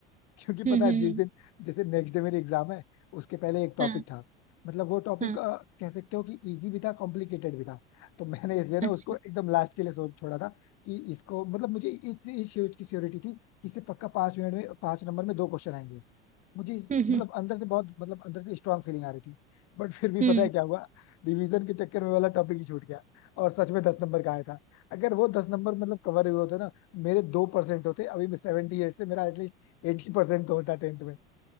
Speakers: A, on the left; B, on the right.
A: क्योंकि
B: हम्म
A: पता है
B: हम्म,
A: जिस
B: हम्म,
A: दिन जैसे नेक्स्ट डे मेरी एग्जाम है उसके पहले एक टॉपिक
B: हाँ
A: था मतलब वो टॉपिक
B: हाँ
A: कह सकते हो कि इजी भी था कॉम्प्लिकेटेड भी था तो मैंने इसलिए ना
B: अच्छा
A: उसको एकदम लास्ट के लिए सोच छोड़ा था कि इसको मतलब मुझे इस इस चीज की श्योरिटी थी कि इसे पक्का पांच मिनट में पांच नंबर में दो क्वेश्चन आएंगे मुझे इस-
B: हम्म हम्म
A: मतलब अंदर से बहुत मतलब अंदर से स्ट्रांग फीलिंग आ रही थी बट फिर भी
B: हम्म।
A: पता है क्या हुआ रिवीजन के चक्कर में वाला टॉपिक ही छूट गया और सच में दस नंबर का आया था अगर वो दस नंबर मतलब कवर हुए होते ना मेरे दो परसेंट होते अभी मैं 78 से मेरा एटलीस्ट एटी परसेंट तो होता टेंथ में